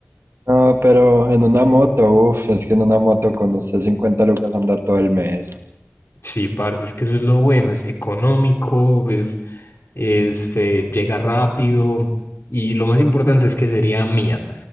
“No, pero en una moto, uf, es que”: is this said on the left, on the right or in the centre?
Right